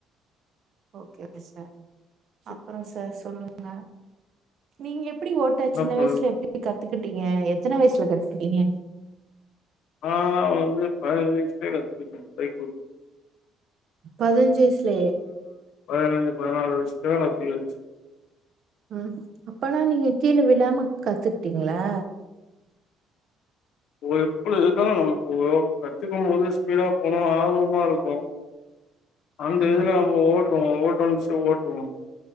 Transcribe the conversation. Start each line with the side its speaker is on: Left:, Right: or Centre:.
Right: ஓகே ஓகே சார்
Left: புரியுது.
Right: அப்பற சார் சொல்லுங்க நீங்க எப் படிங் ஓட்ட
Left: என்ன
Right: சின்ன
Left: பண்ணுறது?
Right: வயசுல எப்டி கத் துகிட்டீங்க எத்தன வய்சுல கத்துக்கிட்டீங்க
Left: ஆ வந்து பதனஞ்சு வயசுலயே கத்துக்கிட்டே பைக் ஓட்ட
Right: பதனஞ்சு வயசுலயே
Left: பதனஞ்சு பதனாளு வயசுலயோ <unintelligible>
Right: உம் அப்பன்னா நீங்க கீழ விழாம கத்துக்கிட்டீங்களா
Left: ஓ எப்படி இருந்தாலு நம்மலுக்கு விழு கத்துக்கு போது ஸ்பீடா போன ஆர்வமா இருக் அந்த
Right: ஆ
Left: இதுல அவ ஓட் <unintelligible> ஓட்டுவோ